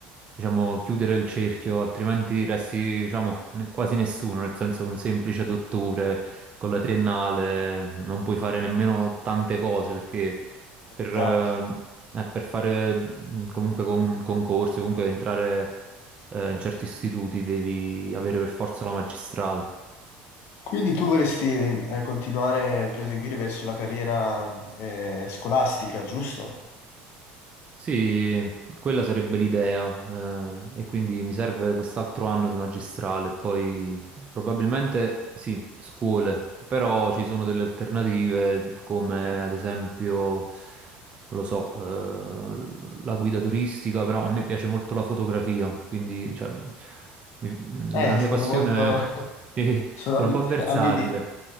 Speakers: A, on the right; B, on the left.
A: diciamo, chiudere il cerchio, altrimenti resti, diciamo, ne- quasi nessuno, nel senso che un semplice dottore con la triennale non puoi fare nemmeno tante cose perché per,
B: Esatto.
A: eh, eh, per fare mm, comunque con- concorsi, comunque entrare eh, in certi istituti devi avere per forza la magistrale.
B: Quindi tu vorresti eh, continuare a proseguire verso la carriera eh, scolastica, giusto?
A: Sì, quella sarebbe l'idea, eh, e quindi mi serve quest'altro anno di magistrale, poi probabilmente sì, scuole, però ci sono delle alternative come ad esempio, lo so, eh, la guida turistica, però a me piace molto la fotografia, quindi cioè, mi-
B: Eh,
A: la mia
B: sono
A: passione,
B: molto... <laughs>
A: <laughs> sì,
B: sono
A: sono
B: ambi-
A: un po' versatile,
B: ambiti